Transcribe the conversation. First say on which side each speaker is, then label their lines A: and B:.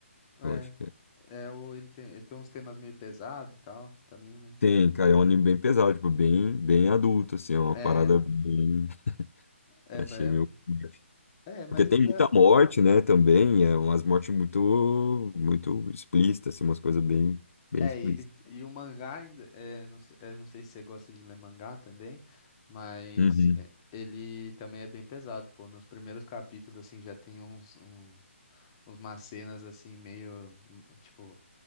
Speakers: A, on the left; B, on the left.
A: É.
B: Eu acho que é.
A: É, o, ele tem, ele tem uns temas meio pesados e tal, também, né?
B: Tem, cara, é um anime bem pesado, tipo, bem, bem adulto, assim, é uma
A: É,
B: parada bem. <laughs>
A: é,
B: Achei
A: ba- é,
B: meio. forte.
A: é, mas
B: Porque tem
A: ele
B: muita
A: é.
B: morte, né, também, é umas mortes muito, muito explícitas, assim, umas coisas bem, bem
A: É,
B: explícitas.
A: ele, e o mangá ainda. É, não, sei- eu não sei se você gosta de ler mangá também, mas
B: Uhum,
A: é, ele também é bem pesado, pô. Nos primeiros capítulos, assim, já tem uns, uns, umas cenas, assim, meio. hum, Tipo.